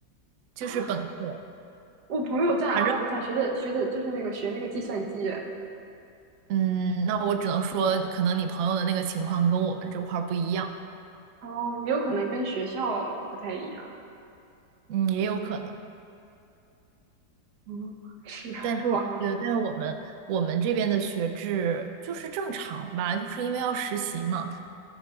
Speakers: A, on the right; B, on the right.
A: 就是本科。
B: 啊！我朋友在阿尔伯塔学的学的就是那个学那个计算机，
A: 反正，嗯，那我只能说，可能你朋友的那个情况跟我们这块儿不一样，
B: 哦，也有可能跟学校不太一样。
A: 嗯，也有可能。
B: 嗯，是哇，
A: 但是我对，但是我们我们这边的学制就是正常吧，就是因为要实习嘛。